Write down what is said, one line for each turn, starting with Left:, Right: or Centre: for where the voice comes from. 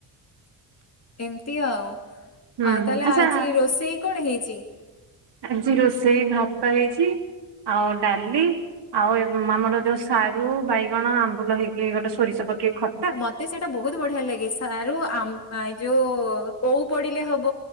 Left: ଏମତି ଆଉ।
Right: ହୁଁ
Left: ଆଉ ତାହେଲେ
Right: ଆଚ୍ଛା
Left: ଆଜି ରୋଷେଇ କଣ ହେଇଚି?
Right: ଆଜି ରୋଷେଇ ଭାତ ହେଇଚି ଆଉ ଡାଲି ଆଉ ଏବ୍ ଆମର ଯୋଉ ସାରୁ ବାଇଗଣ ଆମ୍ବୁଲ ହେଇକି ଗୋଟେ ସୋରିଷ ପକେଇ ଖ
Left: ମତେ ସେଟା ବୋହୁତ ବଢ଼ିଆ ଲାଗେ ସାରୁ ଆମ୍ ଆ ଯୋଉ ଓଉ ପଡ଼ିଲେ ହବ।